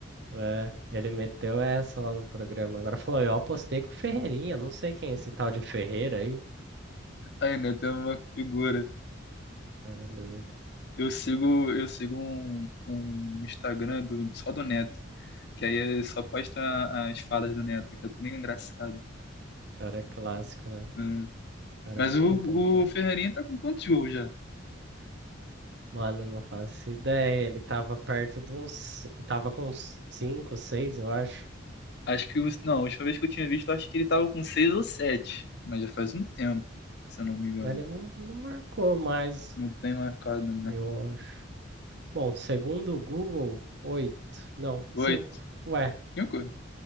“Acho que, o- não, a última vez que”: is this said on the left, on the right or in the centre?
Left